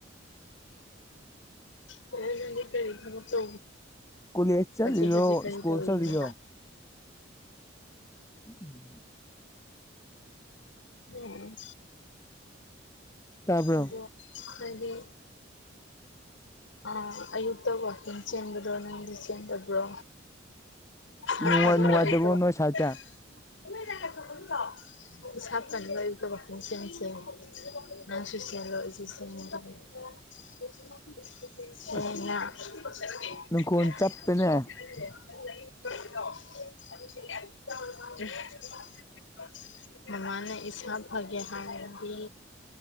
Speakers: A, on the left; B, on the left.
A: ꯀꯅꯤ ꯀꯔꯔꯤꯈꯥ ꯇ
B: ꯀꯣꯂꯦꯖ ꯆꯠꯂꯤꯔꯣ
A: ꯍꯧꯖꯤꯛ ꯍꯧꯖꯤꯛ ꯀꯔꯤ
B: ꯁ꯭ꯀꯨꯜ
A: ꯇꯧꯔꯤꯅ
B: ꯆꯠꯂꯤꯔꯣ ꯎꯝ
A: ꯎꯝ
B: ꯇꯥꯕ꯭ꯔꯣ
A: ꯑꯗꯨ ꯍꯥꯏꯗꯤ ꯑꯥ ꯑꯌꯨꯛꯇ ꯋꯥꯋꯀꯤꯡ ꯆꯦꯟꯕꯗꯣ ꯅꯪꯗꯤ ꯆꯦꯟꯗꯕ꯭ꯔꯣ ꯊ
B: ꯅꯨꯡꯉꯥꯏ ꯅꯨꯡꯉꯥꯏꯇꯕ꯭ꯔꯣ ꯅꯣꯏ ꯁꯥꯏꯠꯇ
A: ꯄꯁꯥꯞ ꯀꯁꯁꯦ ꯅ ꯁꯁꯗꯁ
B: ꯑꯁ
A: ꯍꯅ
B: ꯅꯪꯈꯣꯟ ꯆꯞꯄꯦꯅꯦ
A: <unintelligible>
B: <unintelligible>
A: ꯃꯃꯥꯟ ꯏꯁꯥ ꯐꯒꯦ ꯍꯥꯏꯗꯤ